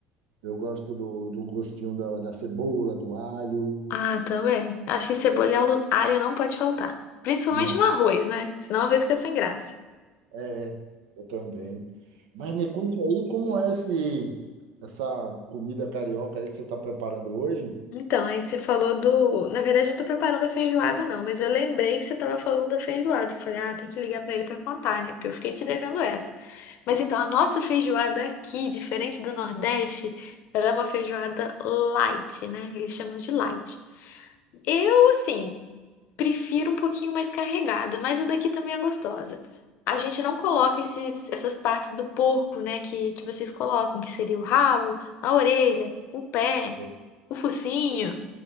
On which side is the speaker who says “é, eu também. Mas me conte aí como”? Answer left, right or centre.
Right